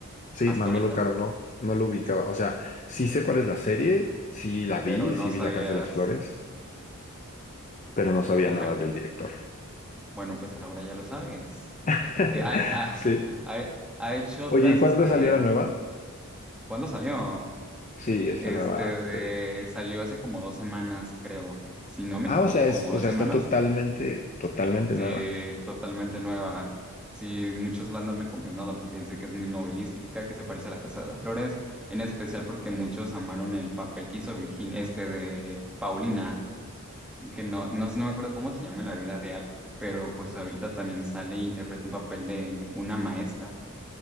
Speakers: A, on the left; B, in the centre.
A: Sí,
B: hasta
A: Manolo
B: ahorita,
A: Caro no, no lo ubicaba. O sea, sí sé cuál es la serie, sí la vi,
B: pero no
A: sí vi
B: sabías,
A: La Casa de las Flores, pero no
B: ok,
A: sabía nada
B: pe-
A: del director.
B: bueno, pues ahora ya lo sabes.
A: <laughs>
B: Eh, ha, ha-
A: Sí.
B: ha- ha hecho otras,
A: Oye, ¿y cuándo
B: este,
A: salió
B: de,
A: la nueva?
B: ¿cuándo salió?
A: Sí, esta
B: Este
A: nueva
B: de-
A: serie.
B: salió hace como dos semanas, creo. Si no me
A: Ah,
B: equivoco,
A: o sea,
B: como
A: es, o
B: dos
A: sea,
B: semanas.
A: está totalmente, totalmente
B: Sí,
A: nueva.
B: totalmente nueva. Sí, muchos la han recomendado porque dice que es muy novelística, que se parece a La Casa de las Flores, en especial porque muchos amaron el papel que hizo Virginia, este de Paulina, que no, no sé, no me acuerdo cómo se llama en la vida real, pero pues ahorita también sale e interpreta un papel de una maestra.